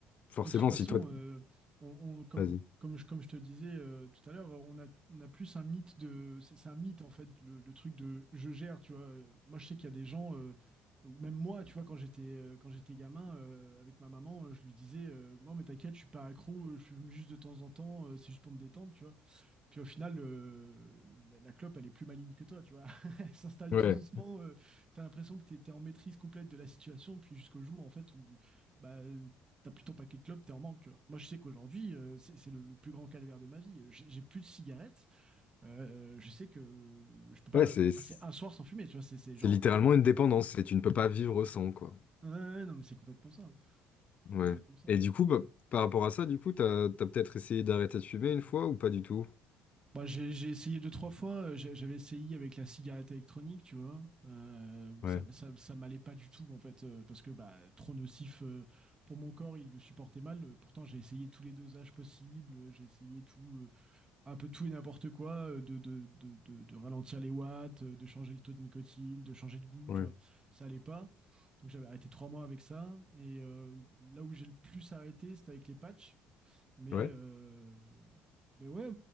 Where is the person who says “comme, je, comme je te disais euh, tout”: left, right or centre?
Right